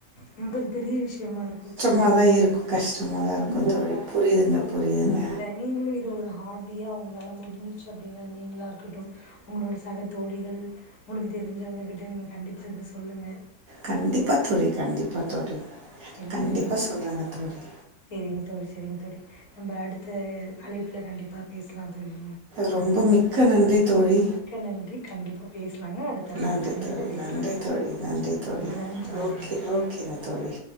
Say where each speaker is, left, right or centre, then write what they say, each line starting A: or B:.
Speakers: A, on the left; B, on the right.
A: எனக்கு அது பெரிய விஷ்யமா இருக்கு
B: மா தா இருக்கு கஷ்டமாக தா இருக்கு தொழில் புரியுதுங்க புரியுதுங்க
A: நீங்களு இது ஒரு ஹாபியா உங்ளால முடிஞ்சிச்சு அப்டின்னா நீங்களாக இருக்கட்டு உங்களோட சகத்தோழிகள் உங்களுக்கு தெரிஞ்சவங்ககிட்ட நீங்க கண்டிப்பா இத சொல்லுங்க
B: கண்டிப்பா தோழி கண்டிப்பா தோழி
A: செரிங்க
B: கண்டிப்பாக
A: தோழி
B: சொல்கிறாங்க தோழி
A: செரிங்க தோழி செரிங்க தோழி நம்ம அடுத்த அழைப்பில கண்டிப்பா பேஸ்லா தோழி
B: ரொம்ப மிக்க நன்றி தோழி
A: மிக்க நன்றி. கண்டிப்பா பேசலாங்க. அடுத்த அழைப்பு
B: நன்றி
A: கண்டிப்பா
B: தோழி
A: பேசலாங்க.
B: நன்றி தோ தோழி நன்றி தோழி
A: நன்றி, நன்றி,
B: ஓகே
A: நன்றி.
B: ஓகேங்க தோழி